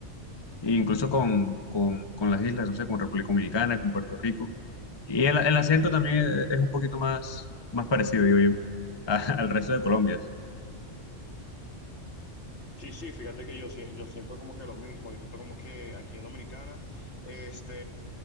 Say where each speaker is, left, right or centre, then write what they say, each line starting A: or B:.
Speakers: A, on the left; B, on the left.
A: e incluso con, con, con las islas, no sé, con República Dominicana, con Puerto Rico. Y el, el acento también e, es un poquito más, más parecido, digo yo, a- <laughs> al resto de Colombia.
B: Sí, sí, fíjate que yo, si- yo siento como que lo mismo, yo siento como que aquí en Dominicana, este,